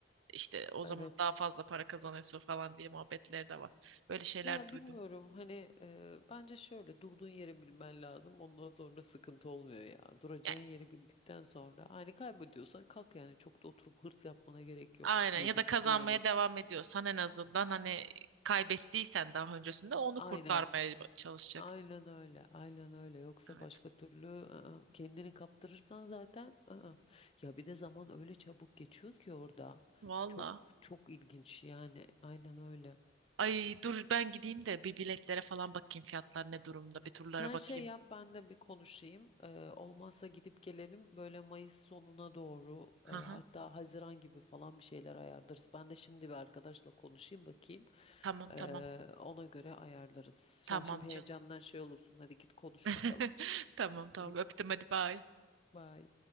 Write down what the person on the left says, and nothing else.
Evet.
Ya
bilmiyorum hani e, bence şöyle durduğun yeri bilmen lazım. Ondan sonra sıkıntı olmuyor ya. Duracağın
yeri bildikten sonra hani kaybediyorsan kalk yani çok da oturup hırs yapmana gerek yok
diye
düşünüyorum.
Aynen.
Aynen öyle. Aynen öyle. Yoksa
başka türlü ı-ı, kendini kaptırırsan zaten ı-ı. Ya bir de zaman öyle çabuk geçiyor ki orada.
Çok çok ilginç yani. Aynen öyle.
Sen
şey yap ben de bir konuşayım. Ee, olmazsa gidip gelelim böyle Mayıs sonuna doğru
e, hatta
Haziran gibi falan bir şeyler ayarlarız. Ben de şimdi bir arkadaşla konuşayım bakayım.
Ee, ona göre ayarlarız. Sen
şimdi
heyecandan şey olursun. Hadi git konuş
bakalım.
Git.
Bye.